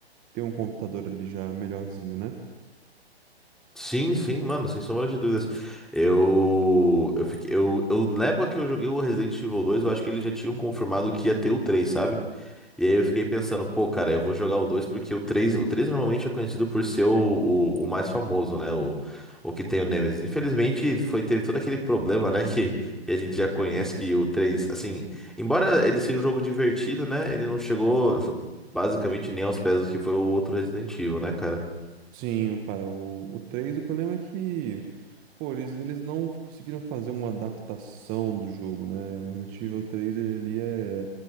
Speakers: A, on the right; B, in the centre.
A: ter um computador ali já melhorzinho, né?
B: sim, sim, mano, sem sombra de dúvidas. Eu, eu fiquei, eu, eu, na época que eu joguei o Resident Evil dois eu acho que eles já tinham confirmado que ia ter o três sabe? E aí eu fiquei pensando, pô, cara, eu vou jogar o 2 porque o três o 3 normalmente é conhecido por ser o, o, o mais famoso, né? O, o que tem o Nemesis. Infelizmente, foi, teve todo aquele problema, né? Que, que a gente já conhece que o 3 assim, embora ele seja um jogo divertido, né? Ele não chegou basicamente nem aos pés do que foi o outro Resident Evil, né, cara?
A: Sim, cara, o, o 3 o problema é que, pô, eles, eles não conseguiram fazer uma adaptação do jogo, né? O Resident Evil três ele é...